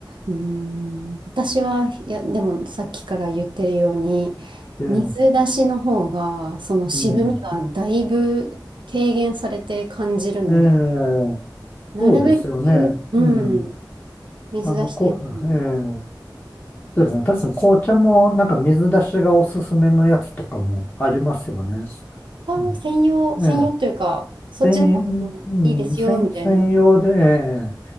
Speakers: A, on the right; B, on the left.
A: うーん、私は、いや、でもさっきから言ってるように、
B: ええ
A: 水出しの方が、その渋みがだいぶ軽減されて感じるので、
B: うん。ええ
A: なるべく、
B: そうですよね。
A: うん、
B: うん。
A: 水出してるのが、
B: あの、こう、ええそうですね。確かに紅茶もなんか水出しがおすすめのやつとかもありますよね。
A: あー、
B: うん。
A: 専用、専用というか、
B: ええ
A: そっちの方がいいですよ、
B: 専、うん、専、
A: みたいな
B: 専用で、ええ